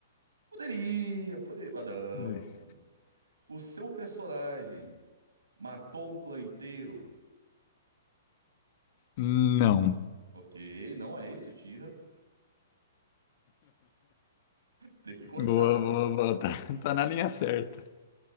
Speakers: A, on the right (about 80°); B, on the left (about 45°).
A: Poderia, poderia, mas não,
B: é.
A: não, não. O seu personagem matou o clã inteiro?
B: Não.
A: Ok, não é esse o Tira. Tem que cortar.
B: Boa, boa, boa. Tá, tá na linha certa.